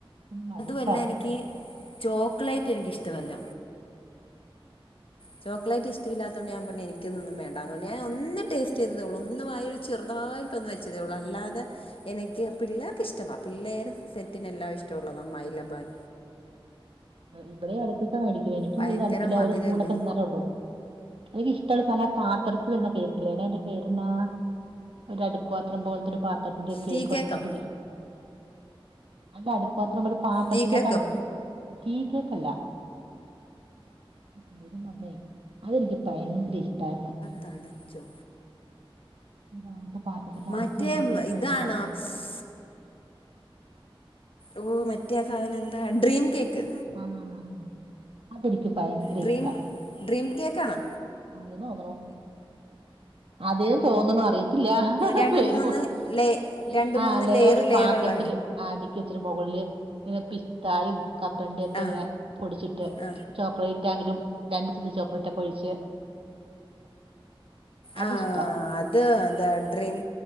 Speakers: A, on the right (about 70°); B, on the left (about 70°).
A: മടുപ്
B: ല്ല എനിക്ക് ചോക്ലേറ്റ് എനിക്കിഷ്ടവല്ല. ചോക്ലേറ്റിഷ്ടമില്ലാത്തൊണ്ടു ഞാൻ പറഞ്ഞത് എനിക്കതൊന്നും വേണ്ടാന്നുകൊണ്ട് ഞാൻ ഒന്ന് ടസ്റ്റ് ചെയ്തേ ഉള്ളൂ ഒന്ന് വായില് ചെറുതായി ഒന്ന് വെച്ചതേള്ളൂ അല്ലാതെ എനിക്ക് പിള്ളേർക്കിഷ്ട്ടവാ പിള്ളേർ സെറ്റിനെല്ലാം ഇഷ്ടമുള്ളതാ മൈലബാൻ
A: ഇവിടെയും ഇടക്കൊക്കെ മേടിക്കും എനിക്കും
B: ഭയങ്കര
A: ഇത് തല്പ്പില്ല
B: മധുരല്ലേ
A: ഒരു സ്പൂണൊക്കെ തിന്നാലേള്ളൂ എനിക്കിഷ്ടമുള്ള സാനം പാത്രത്തില് വരുന്ന കേക്കില്ലേ അയിന്റെ പേരെന്നാ ഒരു അടുക്ക്‌പാത്രം പോലത്തെ ഒരു പാത്രത്തിന്റെ കേക്ക്
B: ടീ കേക്കോ
A: കിട്ടുല്ലേ അല്ല അടുക്പാത്രം ബടെ പാത്രത്തിനാത്തടച്ചു
B: ടീ കേക്കോ
A: തീ കേക്കല്ല പേരും മറന്നോയി. അതെനിക്ക് ഭയങ്കര ഇഷ്ടാരുന്നു.
B: തടച്ചോ
A: ഒന്നണ്ട് പാത്രത്തിലടച്ച്
B: മറ്റേ
A: ഒന്നും കേക്ക് മേടിക്കലെ
B: <inaudible> ഓ മറ്റേ സാധനെന്താ ഡ്രീം കേക്ക്
A: ആഹ് അതെനിക്ക് ഭയങ്കര
B: ഡ്രീം
A: ഇഷ്ടാ
B: ഡ്രീം കേക്ക് ആണോ
A: അതെ തോന്നണു. അതെന്ന് തോന്നുണു. അറിയത്തില്ല
B: രണ്ട്
A: വരുമോ.
B: മൂന്ന് ലേ രണ്ട്
A: ആ
B: മൂന്ന്
A: ലയെറായിട്ട്
B: ലെയറ് ലെയറുള്ള
A: പാത്രത്തില് അടിക്കി വെച്ചിട്ട് മൊകളില് ഇങ്ങനെ പിസ്തായും കപ്പലണ്ടീം ഒക്കെ
B: ആ
A: ഇങ്ങനെ പൊടിച്ചിട്ട്.
B: ആ
A: ചോക്ലേറ്റ് ആങ്കിലും. രണ്ട് സെറ്റ് ചോക്ലേറ്റ് ഒക്കെ ഒഴിച്ച് അതിഷ്ടാ
B: ആ അത് എന്താ ഡ്രീം